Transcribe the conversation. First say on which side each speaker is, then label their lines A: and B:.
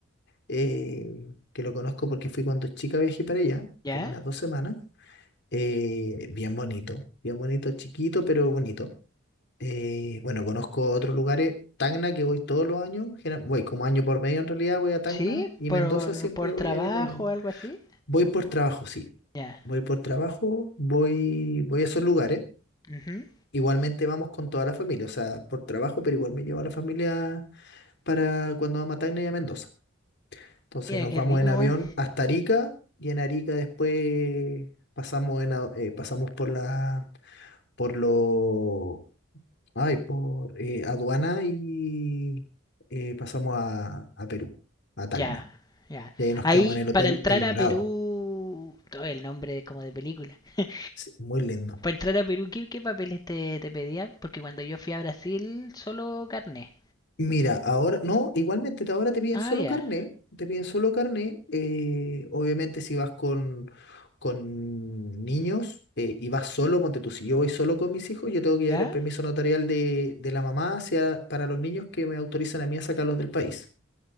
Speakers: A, on the left (about 60°); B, on the left (about 20°).
A: eh, que lo conozco porque fui cuando chica viajé para allá,
B: ¿Ya?
A: como unas dos semanas, eh, bien bonito, bien bonito, chiquito, pero bonito. Eh, bueno, conozco otros lugares, Tacna, que voy todos los años, genera- voy como año por medio en realidad, voy a Tacna
B: ¿Sí?
A: y
B: ¿Por,
A: Mendoza siempre
B: por
A: voy
B: trabajo
A: año por medio.
B: o algo así?
A: Voy por trabajo, sí.
B: Ya.
A: Voy por trabajo, voy, voy a esos lugares.
B: ujú.
A: Igualmente vamos con toda la familia, o sea, por trabajo, pero igual me llevo a la familia para cuando vamos a Tacna y a Mendoza. Entonces
B: Mira,
A: nos
B: qué
A: vamos
B: rico
A: en
B: igual.
A: avión hasta Arica y en Arica después pasamos en a- eh, pasamos por la por lo ay, por eh, aduana y eh, pasamos a, a Perú, a Tacna.
B: Ya, ya.
A: Y ahí nos
B: Ahí,
A: quedamos en el Hotel
B: para entrar
A: El Dorado.
B: a Perú... todo el nombre como de película. <laughs>
A: Sí, muy lindo.
B: Para entrar a Perú, ¿qué, qué papeles te, te pedían? Porque cuando yo fui a Brasil, solo carne.
A: Mira, ahora, no, igualmente te- ahora te piden
B: Ah,
A: solo
B: ya.
A: carné, te piden solo carné, eh, obviamente si vas con, con niños eh, y vas solo, ponte tú, si yo voy solo con mis hijos, yo tengo que llevar
B: ¿Ya?
A: el permiso notarial de, de la mamá hacia, para los niños que me autorizan a mí a sacarlos del país,